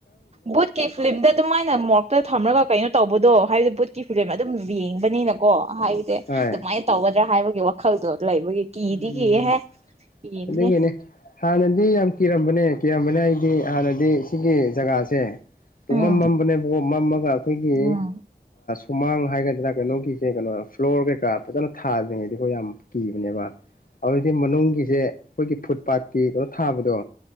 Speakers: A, on the right; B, on the left.
A: ꯕꯨꯠꯀꯤ ꯐꯤꯂꯝꯗ ꯑꯗꯨꯃꯥꯏꯅ ꯃꯣꯔꯣꯛꯇ ꯊꯝꯃꯒ ꯀꯩꯅꯣ ꯇꯧꯕꯗꯣ ꯍꯥꯏꯕꯗꯤ ꯕꯨꯠꯀꯤ ꯐꯤꯂꯝ ꯑꯗꯨꯝ ꯌꯦꯡꯕꯅꯤꯅꯀꯣ ꯍꯥꯏꯁꯦ
B: ꯍꯣꯏ
A: ꯑꯗꯨꯃꯥꯏꯅ ꯇꯧꯒ ꯍꯥꯏꯕꯒꯤ ꯋꯥꯈꯜꯗꯣ ꯂꯩꯕꯒꯤ ꯀꯤꯗꯤ
B: ꯎꯝ
A: ꯀꯤꯌꯦꯍꯦ ꯀꯤꯕꯅꯦ
B: ꯑꯗꯨꯒꯤꯅꯦ ꯍꯥꯟꯅꯗꯤ ꯌꯥꯝ ꯀꯤꯔꯝꯕꯅꯦ ꯀꯤꯔꯝꯕꯅꯦ ꯍꯥꯏꯗꯤ ꯍꯥꯟꯅꯗꯤ ꯁꯤꯒꯤ ꯖꯒꯥ ꯦ ꯄꯨꯡꯃ
A: ꯎꯝ
B: ꯃ ꯃ ꯑꯃꯒ ꯑꯩꯈꯣꯏꯒꯤ
A: ꯎꯝ
B: ꯍꯨꯃꯥꯡ ꯍꯥꯏꯒꯗ꯭ꯔꯥ ꯀꯩꯅꯣꯒꯤꯁꯦ ꯀꯩꯅꯣ ꯐ꯭ꯂꯣꯔ ꯀꯩꯀꯥ ꯐꯖꯅ ꯊꯥꯗ꯭ꯔꯤꯉꯩꯗꯤꯀꯣ ꯌꯥꯝ ꯀꯤꯕꯅꯦꯕ ꯑꯗꯨꯗꯤ ꯃꯅꯨꯡꯒꯤꯁꯦ ꯑꯩꯈꯣꯏꯒꯤ ꯐꯨꯠ ꯄꯥꯠꯀꯤ ꯀꯩꯅꯣ ꯊꯥꯕꯗꯣ